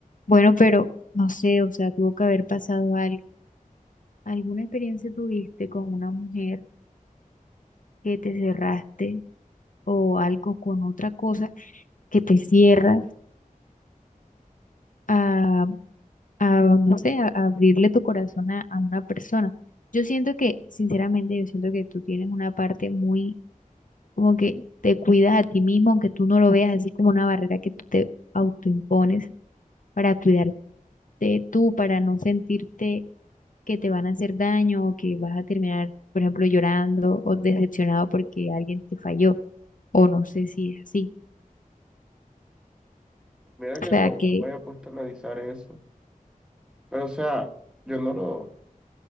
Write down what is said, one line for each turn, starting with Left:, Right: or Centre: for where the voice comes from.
Left: Bueno, pero no sé, o sea, tuvo que haber pasado algo. ¿Alguna experiencia tuviste con una mujer que te cerraste o algo con otra cosa que te cierras a, a, no sé, a, a abrirle tu corazón a, a una persona? Yo siento que, sinceramente, yo siento que tú tienes una parte muy como que te cuidas a ti mismo, aunque tú no lo veas así como una barrera que tú te autoimpones para cuidarte tú, para no sentirte que te van a hacer daño o que vas a terminar, por ejemplo, llorando o decepcionado porque alguien te falló, o no sé si es así.
Centre: Mira
Left: O
Centre: que
Left: sea
Centre: no,
Left: que
Centre: no me había puesto a analizar eso. Pero, o sea, yo no lo,